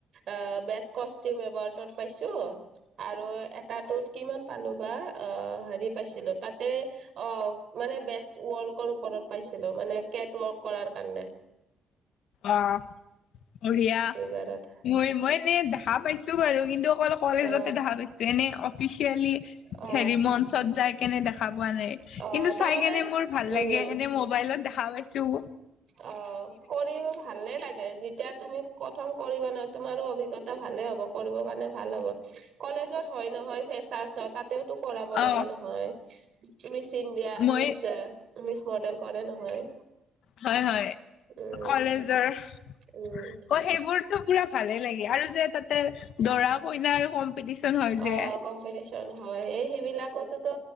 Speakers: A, on the right; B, on the left.
A: অ বেষ্ট কষ্টিউম এৱাৰ্ডত পাইছো, আৰু এটাটোত কিমান পালো বা অ হেৰি পাইছিলো তাতে অ মানে বেষ্ট ৱাৰ্কৰ ওপৰত পাইছিলো। মানে কেট ৱাৰ্ক কৰাৰ কাৰণে।
B: অ বঢ়িয়া
A: দুইবাৰত।
B: মই মই এনে দেখা পাইছো বাৰু কিন্তু অকল কলেজতে
A: অ
B: দেখা পাইছোঁ এনে অফি চিয়েলি
A: অ
B: হেৰি মঞ্চত যাই কেনে দেখা পোৱা নাই,
A: অ
B: কিন্তু
A: তাৰমানে
B: চাই কেনে মোৰ ভাল
A: উম
B: লাগে। এনে মোবাইলত দেখা পাইছোঁ।
A: অ কৰিব ভালে লাগে যেতিয়া তুমি প্ৰথম কৰিবা নহয় তোমাৰো অভিজ্ঞতা ভালে হ'ব কৰিব কাৰণে ভাল হ'ব। কলেজত হয় নহয় ফ্ৰেছাৰ্ছত তা তেওটো‌ কৰাব
B: অ
A: লাগে নহয় মিছ ইণ্ডিয়া
B: মই
A: মিছ মিছ মডেল কৰে নহয়।
B: হয় হয়
A: উম
B: কলেজৰ অ
A: উম।
B: সেইবোৰতো পুৰা ভালে লাগে আৰু যে তাতে দৰা কইনা আৰু কম্পিটিচন হৈ যে।
A: অ কম্পিটিচন হয় এই সেইবিলাকতোতো